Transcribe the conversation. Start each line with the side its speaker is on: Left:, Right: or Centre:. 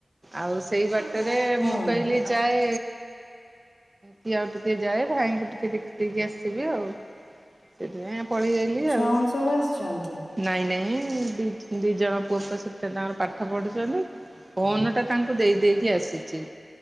Right: ଆଉ ସେଇ ବାଟ ରେ
Left: ହୁଁ
Right: ମୁଁ କହିଲି ଯାଏ, କି ଆଉ ଟିକେ ଯାଏ ଭାଇଙ୍କୁ ଟିକେ ଦେଖିକି ଆସିବି ଆଉ ସେଥିପାଇଁ ପଳେଇ ଆଇଲି
Left: ଛୁଆମାନେ
Right: ଆଉ,
Left: ସବୁ ଆସିଛନ୍ତି।
Right: ନାଇଁ ନାଇଁ ଦି ଦି ଜଣ ପୁଅ ପ ସେତ ତାଙ୍କର ପାଠ ପଢୁଛନ୍ତି। ଫୋନ ଟା ତାଙ୍କୁ ଦେଇ ଦେଇକି ଆସିଛି।